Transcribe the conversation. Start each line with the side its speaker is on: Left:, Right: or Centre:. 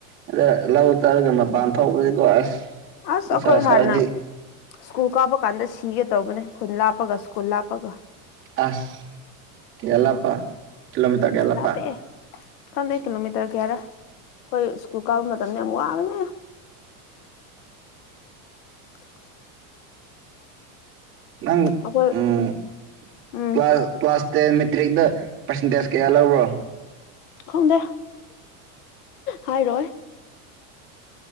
Right: ꯑꯗ ꯂꯧ ꯇꯔꯒ ꯃꯄꯥꯟ ꯊꯣꯛꯥꯎꯧꯕꯗꯤꯀꯣ ꯑꯁ
Left: ꯑꯁ
Right: ꯅꯨꯡꯁꯥ
Left: ꯑꯩꯈꯣꯏ
Right: ꯁꯥꯔꯗꯤ
Left: ꯍꯥꯟꯅ ꯁ꯭ꯀꯨꯜ ꯀꯥꯕ ꯀꯥꯟꯗ ꯁꯤꯒꯦ ꯇꯧꯕꯅꯦ ꯈꯨꯟ ꯂꯥꯞꯄꯒ ꯁ꯭ꯀꯨꯜ ꯂꯥꯞꯄꯒ
Right: ꯑꯁ ꯀꯌꯥ ꯂꯞꯄꯥ ꯀꯤꯂꯣꯃꯤꯇꯔ ꯀꯌꯥ ꯂꯥꯞꯄ
Left: ꯂꯥꯞꯄꯛꯑꯦ ꯈꯪꯗꯦ ꯀꯤꯂꯣꯃꯤꯇꯔ ꯀꯌꯥꯔ ꯑꯩꯈꯣꯏ ꯁ꯭ꯀꯨꯜ ꯀꯥꯕ ꯃꯇꯝꯗ ꯌꯥꯝ ꯋꯥꯕꯅꯦ <inaudible>
Right: ꯅꯪ
Left: ꯑꯩꯈꯣꯏ
Right: ꯎꯪ
Left: ꯎꯝ
Right: class class ten matric percentage ꯀꯌꯥ ꯂꯧꯕ꯭ꯔꯣ
Left: ꯈꯪꯗꯦ ꯍꯥꯏꯔꯣꯏ